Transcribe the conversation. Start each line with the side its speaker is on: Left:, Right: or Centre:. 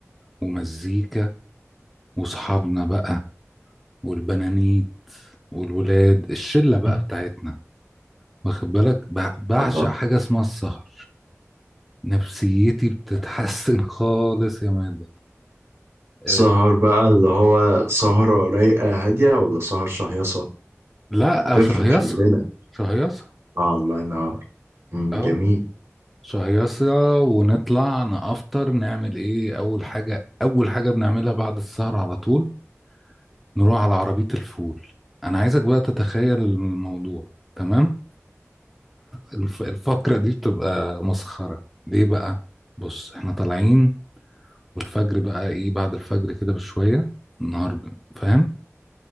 Centre: ومزيكا وأصحابنا بقى والبنانيت والولاد الشلة بقى
Right: <laughs>
Centre: بتاعتنا واخد بالك ب- بعشق
Right: الله
Centre: حاجة اسمها السهر نفسيتي بتتحسن <laughs> خالص يا مادة آه،
Right: سهر بقى اللي هو سهرة رايقة هادية ولا سهر شهيصة
Centre: لا
Right: تفرق
Centre: شهيصة
Right: خلي بالك
Centre: شهيصة
Right: آه الله ينور م،
Centre: اه
Right: جميل
Centre: شهيصة ونطلع نفطر نعمل ايه اول حاجة اول حاجة بنعملها بعد السهر على طول نروح على عربية الفول انا عايزك بقى تتخيل الموضوع تمام الف- الفقرة دي بتبقى مسخرة ليه بقى بص احنا طالعين والفجر بقى ايه بعد الفجر كده بشوية النهار ب- فاهم